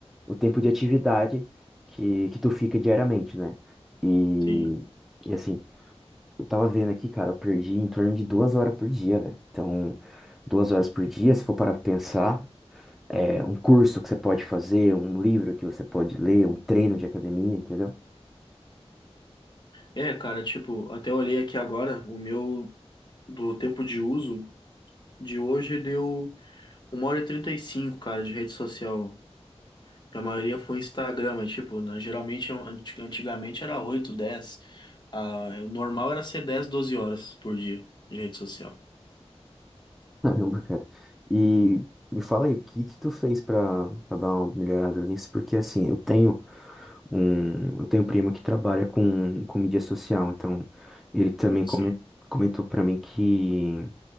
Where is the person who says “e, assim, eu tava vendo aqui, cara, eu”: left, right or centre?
Centre